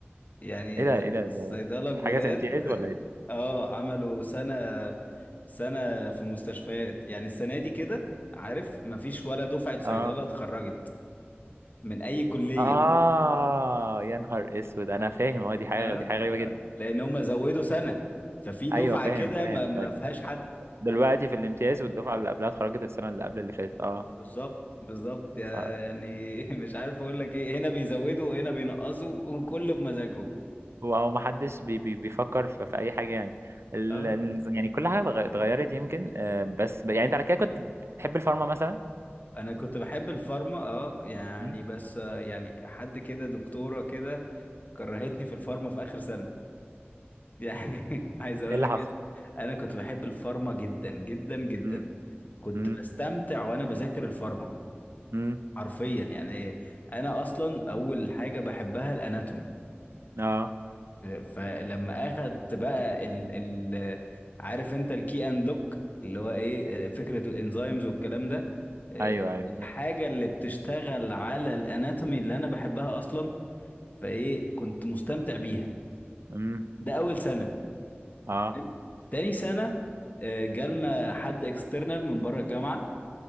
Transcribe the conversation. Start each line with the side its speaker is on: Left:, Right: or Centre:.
Left: يعني
Right: إيه ده إيه ده
Left: الصيدلة
Right: ده
Left: الجداد
Right: حاجة زي امتياز ولا إيه؟
Left: اه عملوا سنة سنة في مستشفيات يعني السنة دي كده عارف مفيش ولا دفعة صيدلة
Right: اه
Left: اتخرجت من أي كلية
Right: اه يا نهار اسود انا فاهم اه دي حاجه
Left: اه
Right: دي حاجه غريبه جدا
Left: اه لأن هم زودوا سنة ففي دفعة
Right: ايوه فاهم
Left: كده
Right: فاهم
Left: ما ما
Right: فاهم
Left: فيهاش حد
Right: دلوقتي في الامتياز والدفعه اللي قبلها اتخرجت السنه اللي قبل اللي فاتت اه
Left: بالظبط بالظبط يعني
Right: ف
Left: <laughs> مش عارف أقول لك إيه هنا بيزودوا وهنا بينقصوا وكل بمزاجهم
Right: هو هو ما حدش بي بي بيفكر في, في اي حاجه يعني ال...
Left: اه
Right: ال- يعني كل حاجه اتغ- اتغيرت يمكن آه بس ب- يعني انت على كده كنت بتحب الفارما مثلا
Left: انا كنت بحب الفارما اه يعني
Right: مم؟
Left: بس آه، يعني حد كده دكتورة كده كرهتني في الفارما في آخر سنة يعني <laughs> عايز اقول
Right: ايه اللي
Left: لك
Right: حصل
Left: انا كنت بحب الفارما جدا جدا جدا
Right: امم
Left: كنت
Right: امم
Left: بستمتع وانا بذاكر الفارما
Right: امم
Left: حرفيا يعني إيه، انا اصلا اول حاجه بحبها الاناتومي
Right: اه
Left: فلما اخدت بقى ال ال عارف انت الكي اند لوك اللي هو ايه آه، فكره الانزيمز والكلام ده إيه،
Right: ايوه ايوه
Left: الحاجه اللي بتشتغل على الاناتومي اللي انا بحبها اصلا فايه كنت مستمتع بيها
Right: امم
Left: ده اول سنه
Right: اه
Left: حلو. تاني سنة آه، جالنا حد اكسترنال من بره الجامعة